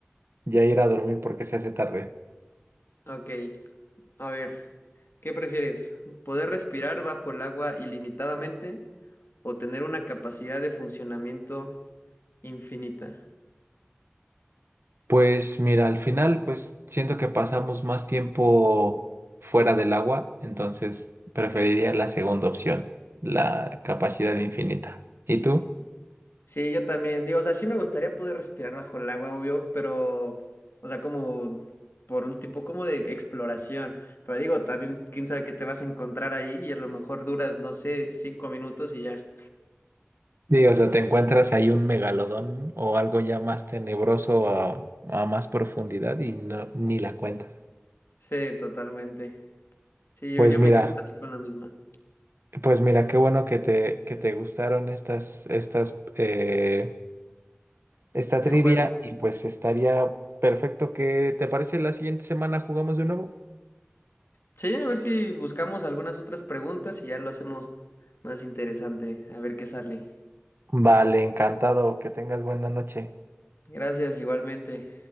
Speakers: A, on the right (about 65°); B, on the left (about 60°).
A: ya ir a dormir porque se hace tarde.
B: Ok, a ver, ¿qué prefieres? ¿Poder respirar bajo el agua ilimitadamente o tener una capacidad de funcionamiento infinita?
A: Pues mira, al final, pues siento que pasamos más tiempo fuera del agua, entonces preferiría la segunda opción, la capacidad infinita. ¿Y tú?
B: Sí, yo también, digo, o sea, sí me gustaría poder respirar bajo el agua, obvio, pero, o sea, como por un tipo como de exploración. Pero digo, también, quién sabe qué te vas a encontrar ahí y a lo mejor duras, no sé, cinco minutos y ya.
A: Sí, o sea, te encuentras ahí un megalodón o algo ya más tenebroso a, a más profundidad y no, ni la cuentas.
B: Sí, totalmente. Sí,
A: Pues
B: yo, yo
A: mira,
B: me quedo también con la misma.
A: pues mira, qué bueno que te, que te gustaron estas, estas, eh, esta
B: Este
A: trivia
B: juego.
A: y pues estaría perfecto que, ¿te parece la siguiente semana jugamos de nuevo?
B: Sí, a ver si buscamos algunas otras preguntas y ya lo hacemos más interesante. A ver qué sale.
A: Vale, encantado. Que tengas buena noche.
B: Gracias, igualmente.